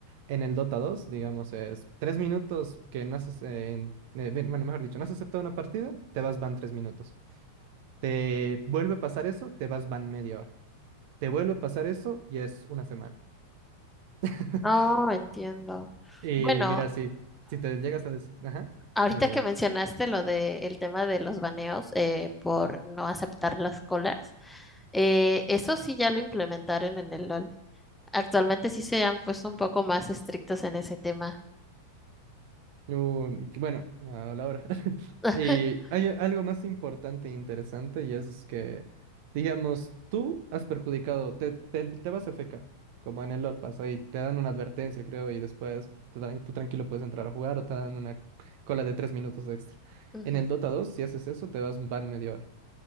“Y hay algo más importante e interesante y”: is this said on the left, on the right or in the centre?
Right